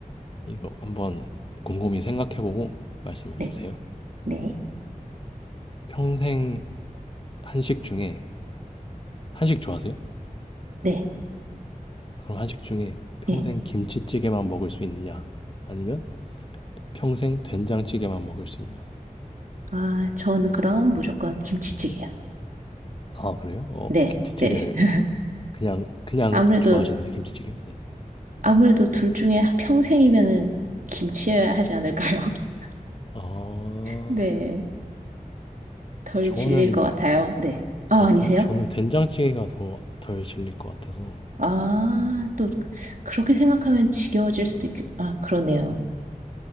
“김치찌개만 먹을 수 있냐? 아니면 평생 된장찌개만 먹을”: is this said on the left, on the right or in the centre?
Left